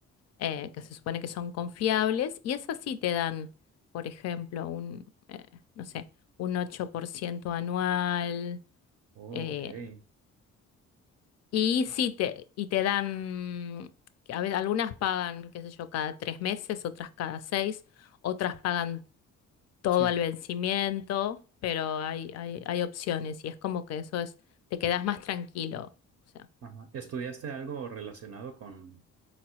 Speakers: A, on the left; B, on the right.
A: eh, que se supone que son confiables, y esas sí te dan, por ejemplo, un, eh, no sé, un 8% anual,
B: Oh,
A: eh,
B: ok.
A: y sí
B: Ah,
A: te, y te dan, que a veces algunas pagan, qué sé yo, cada tres meses, otras cada seis, otras pagan todo
B: Sí.
A: al vencimiento, pero hay, hay, hay opciones y es como que eso es, te quedas más tranquilo. O sea,
B: Ajá. ¿Estudiaste algo relacionado con,